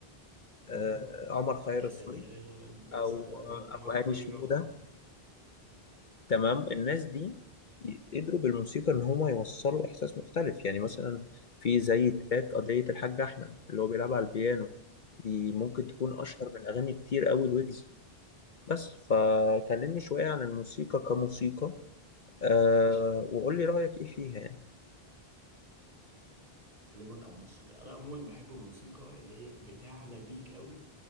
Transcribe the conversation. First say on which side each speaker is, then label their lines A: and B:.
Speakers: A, on the right (about 40°); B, on the left (about 50°).
A: مم.
B: آه عمر خيرت
A: يا سلام
B: سوري
A: يا
B: أو
A: سلام عمر
B: أو هاني
A: خيرت
B: شنودة تمام الناس دي قدروا بالموسيقى ان هما يوصلوا احساس مختلف يعني مثلا في زي تراك قضية الحاج احمد اللي هو بيلعب على البيانو دي ممكن تكون اشهر من اغاني كتير قوي الويجز بس فكلمني شوية عن الموسيقى كموسيقى أه وقول لي رأيك ايه فيها يعني
A: اكلمك عن موسيقى انا عموما بحب الموسيقى اللي هي بتعلى بيك قوي